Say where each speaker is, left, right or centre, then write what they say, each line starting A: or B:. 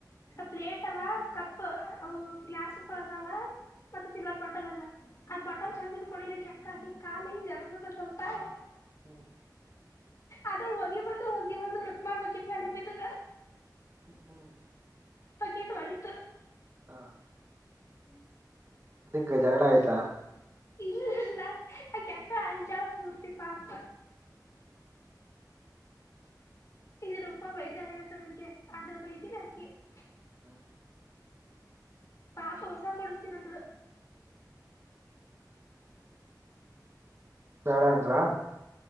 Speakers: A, on the left; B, on the right.
A: ಪ್ಲೇಟಾದ ಕಪ್ ಗ್ಲಾಸ್ಕು ಅದಾವ ಮತ್ತೆ ಸಿಲ್ವರ್ ಬಾಟಲ್ ಅದ ಅದ್ ಬಟಾಲ್
B: ಹ್ಮ್
A: ಚಂದ ಹಿಡ್ಕೊಂಡಿಲ್ಲಕ್ಕಿ ಅಕ್ಕಾ ಅಕಿನ್ ಕಾಲ್ ಜರದದ ಸ್ವಲ್ಪಾ
B: ಹ್ಮ್ <inaudible>
A: ಅದುಹೋಗಿ ಬಂದು ಹೋಗಿ ಬಂದು ರುಕ್ಮಾ ಬಕಿಟ್ ಮೇಲೆ ಬಿದ್ದದಾ.
B: ಹ್ಮ ಹ್ಮ್ <inaudible>
A: ಬಕಿಟ್ಒಡಿತ
B: ಹಾಂ <inaudible>
A: ಹ್ಮ್,
B: ಅದ ಜಗಳ ಆಯ್ತಾ
A: ಇಲ್ಲಾ ಅಕಿಅಕ್ಕಾಅಂಜಾಳ ಪೂರ್ತಿ ಪಾಪ ಈಗ ರೂಪ ಬೈತಾರೆ ಏನ ತಂಬಕ್ಕೆ ಆ ತರ ಬೈತಿಿಲ್ಲಾಕಿ <unintelligible>
B: ಹ <inaudible>
A: ಪಾಪ ಹೊಸದ ಕೊಡಸ್ತೀನಿ ಅಂದ್ಲು
B: ಬ್ಯಾಡ ಅಂದ್ರ <unintelligible>